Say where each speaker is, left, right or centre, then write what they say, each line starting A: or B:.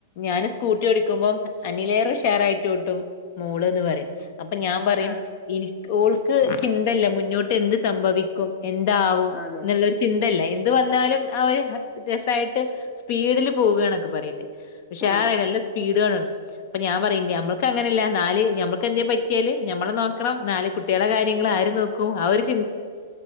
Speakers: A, on the left (about 50°); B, on the left (about 30°).
A: ഞാന് സ്കൂട്ടി ടിക്കുമ്പോം അനിലേറ ഷെയർ ആയിട്ട് വിട്ടും മോള്ന്ന് പറയും അപ്പൊ ഞാൻ പറയുംനി
B: ആഹ്
A: ഓൾക്ക് ചിന്തല്ല മുന്നോട്ട് എന്ത് സംഭവിക്കും എന്താവും
B: ആണ്
A: എന്നുള്ള ചിന്തല്ല ഇത് വന്നാലും ആ ഒരു രസമായിട്ട് സ്പീഡിൽ പോകുകണൊക്കെ പറയണ്ട് പക്ഷെ
B: ഉം
A: ആ നല്ല സ്പീഡ് വേണം അപ്പൊ ഞാൻ പറയും നമ്മക്ക് അങ്ങനല്ല നാല് നമ്മക്ക് എന്താ പറ്റിയല് നമ്മളെ നോക്കണം നാല് കുട്ടികള കാര്യം ആര് നോക്കും അവര്